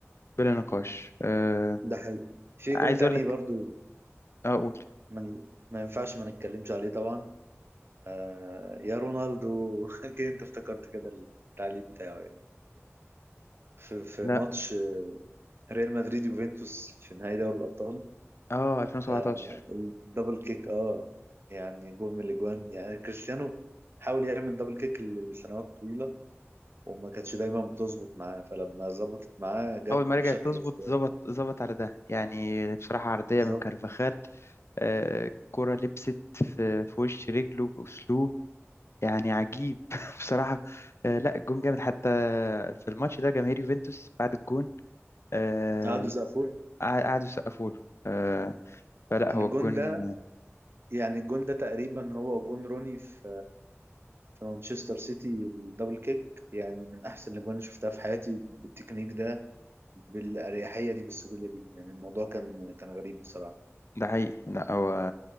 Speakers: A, on the left; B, on the right.
A: بلا نقاش آه
B: ده حقيقي في
A: عايز
B: جون تاني
A: أقول لك
B: برضو
A: آه، أقول
B: ما ما ينفعش ما نتكلمش عليه طبعا آه يا رونالدو <laughs> أكيد انت افتكرت كده التعليق بتاعه يعني في, في
A: لا
B: ماتش ريال مدريد يوفنتوس في نهائي دوري الابطال
A: أه 2017
B: آه الدبل كيك اه يعني جول من الاجوان يعني كريستيانو حاول يعمل دبل كيك ل- لسنوات طويله وما كانتش دايما بتظبط معاه فلما ظبطت معاه جت
A: أول ما رجعت
B: بشكل
A: تظبط
B: خرافي
A: ظبط ظبط على ده يعني بصراحة عرضية
B: بالظبط
A: من كارفاخال آه كرة لبست في, في وش رجله بأسلوب يعني عجيب <laughs> بصراحة آه لا الجون جامد حتى في الماتش ده جماهير يوفنتوس بعد الجون آه
B: قعدوا زقفول
A: قعد- قعدوا يسقفوا له آه فلا
B: الجون
A: هو الجون
B: ده يعني الجون ده تقريبا هو جون روني في في مانشستر سيتي الدبل كيك يعني من احسن الاجوان اللي شفتها في حياتي بالتكنيك ده بالاريحيه دي بالسهوله دي يعني الموضوع كان كان غريب بصراحه
A: ده حقيقي لا هو